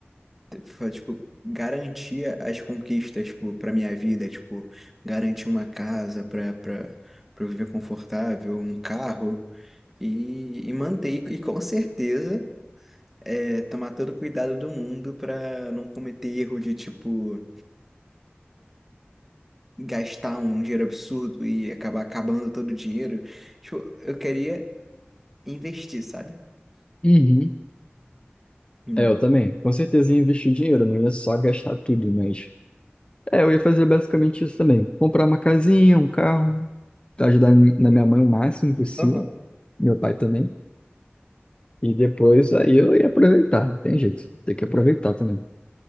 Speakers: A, in the centre; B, on the left (about 25°).
A: fa- tipo, garantir as conquistas, tipo, pra minha vida, tipo, garantir uma casa pra, pra, pra eu viver confortável, um carro e, e manter. E, e com certeza é, tomar todo o cuidado do mundo pra não cometer erro de, tipo, gastar um dinheiro absurdo e acabar acabando todo o dinheiro. Tipo, eu queria investir, sabe?
B: Uhum.
A: Hum,
B: É, eu também. Com certeza ia investir dinheiro, não ia só gastar tudo, mas. É, eu ia fazer basicamente isso também. Comprar uma casinha, um carro, ajudar mi- na minha mãe o máximo possível,
A: Aham,
B: meu pai também. E depois aí eu ia aproveitar, tem jeito, tem que aproveitar também.